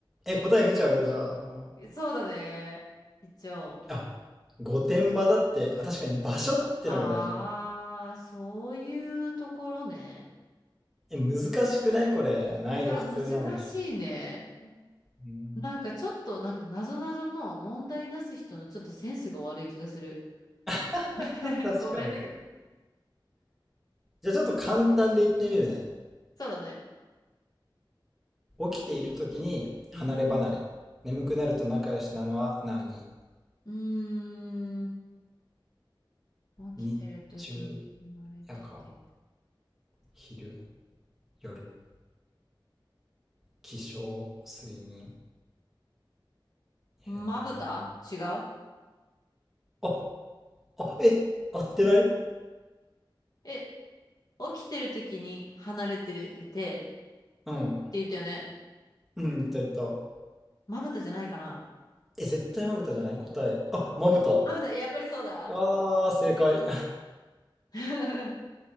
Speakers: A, in the centre; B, on the left (about 50°).
A: え答え見ちゃうよじゃあ、うん
B: そうだね。一応。
A: あ御殿場だってあ確かに場所ってのが大事なの
B: ああ、そういうところね。
A: え難しくないこれ難易度普通なのに
B: いや、難しいね。
A: うん
B: なんかちょっと、なんか謎々の問題出す人のちょっとセンスが悪い気がする。
A: <laughs>
B: <laughs>
A: 確かに
B: ごめんだけど。
A: じゃあちょっと簡単で言ってみるね
B: そうだね。
A: 起きている時に離れ離れ眠くなると仲良しなのは何
B: うん。うーん。起きてる時に離れてて。
A: 日中、夜間、昼、夜、起床、睡眠。へえ。
B: まぶた違う
A: あ、あ、え、合ってない
B: え、起きてる時に離れてるてって
A: うん。
B: 言ったよね。
A: うん、いったいった。
B: まぶたじゃないかな
A: え、絶対まぶたじゃない答え。あ、まぶた。
B: まぶた、やっぱりそうだ。
A: あー、正解。
B: <laughs>